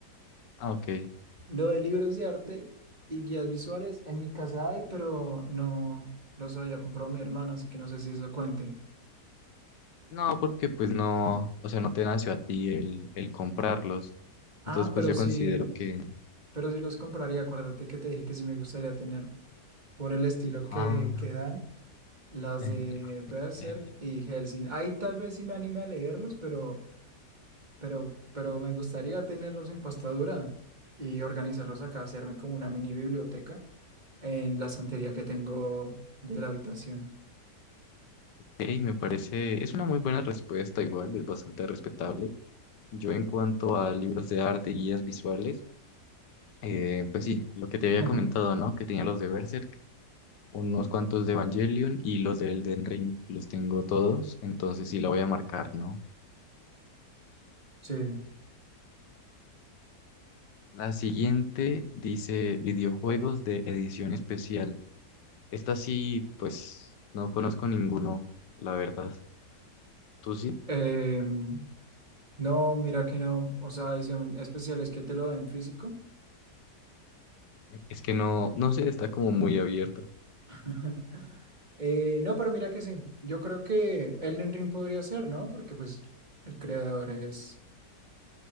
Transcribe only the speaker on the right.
Lo de libros de arte y guías visuales, en mi casa hay, pero no los había comprado mi hermana, así que no sé si eso cuente.
Ah,
pero
sí,
pero sí los compraría. Acuérdate que te dije que sí me gustaría tener por el estilo que,
que dan las
de Berserk
y Hellsing. Ahí tal vez sí me anime a leerlos, pero, pero, pero me gustaría tenerlos en pastadura y organizarlos acá, hacerme como una mini biblioteca. en la estantería que tengo de la habitación.
<laughs>
Sí.
Em, no, mira que no. O sea, edición especial es que te lo den físico.
<laughs> Eh, no, pero mira que sí. Yo creo que Elden Ring podría ser, ¿no? Porque pues el creador es